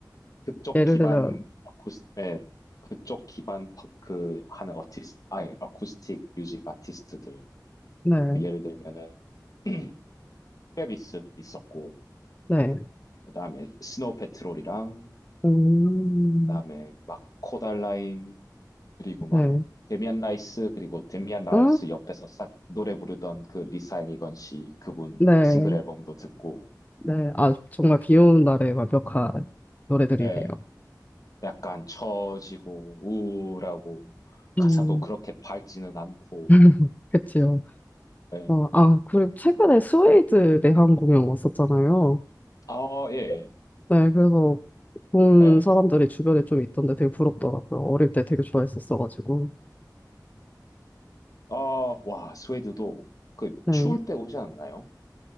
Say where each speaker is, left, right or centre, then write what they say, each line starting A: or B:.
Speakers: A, on the left; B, on the left.
A: 그쪽
B: 예를
A: 기반
B: 들면,
A: 아쿠스, 예, 그쪽 기반 펑크 하는 어티스, 아예 어쿠스틱 뮤직 아티스트들
B: 네,
A: 그 예를 들면은 <clears throat> 트래비스 있었고
B: 네,
A: 그다음에 스노우 패트롤이랑
B: 음,
A: 그다음에 막 코달라인 그리고 막
B: 네,
A: 데미안 라이스 그리고 데미안 라이스
B: 아,
A: 옆에서 싹 노래 부르던 그 리사 애니건 씨 그분
B: 네,
A: 싱글 앨범도 듣고
B: 네. 아, 정말 비 오는 날에 완벽한 노래들이네요.
A: 예 약간 처지고 우울하고 가사도
B: 음,
A: 그렇게 밝지는 않고
B: <laughs> 그치요.
A: 예.
B: 어, 아, 그리고 최근에 스웨이드 내한 공연 왔었잖아요.
A: 아, 예.
B: 네, 그래서 본
A: 예. 예.
B: 사람들이 주변에 좀 있던데 되게 부럽더라고요. 어릴 때 되게 좋아했었어가지고.
A: 아, 와, 스웨드도 그
B: 네.
A: 추울 때 오지 않았나요?